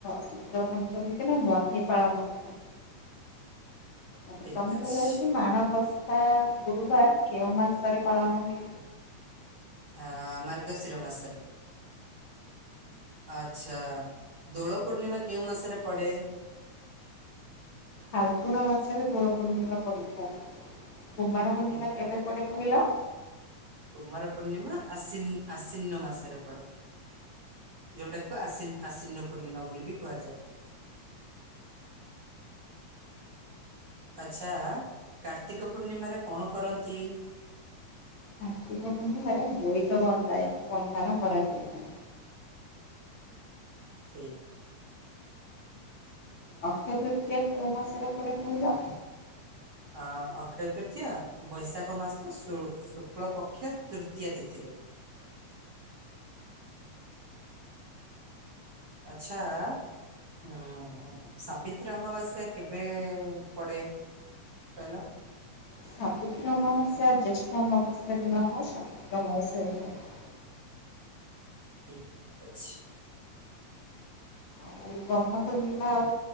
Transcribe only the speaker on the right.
ଠିକ
ଅଛି
ହ ମର୍ଗଶିର ମାସରେ ଆଚ୍ଛା ଦୋଳ ପୂର୍ଣ୍ଣିମା କେଉଁ ମାସରେ ପଡ଼େ?
ଠିକ କଥା
କୁମାର ପୂର୍ଣ୍ଣିମା ଆଶି ଆଶ୍ଵିନ ମାସରେ ପଡେ। ଯୋଉଟାକୁ ଆସି ଆଶିନ ପୂର୍ଣ୍ଣିମା ବୋଲି ବି କୁହାଯାଏ। ଆଛା କାର୍ତ୍ତିକ ପୂର୍ଣ୍ଣିମାରେ କଣ କରନ୍ତି?
ଠିକ୍।
ଅ ଅକ୍ଷୟ ତୃତୀୟା ବୈଶାଖ ମାସ ଶ ଶୁକ୍ଳ ପକ୍ଷ ତୃତୀୟ ତିଥିରେ। ଆଛା। ହୁଁ ସାବିତ୍ରୀ ଅମାବାସ୍ୟା କେବେ ପଡେ? ପହିଲ <unintelligible>
ଠିକ୍ ଅଛି।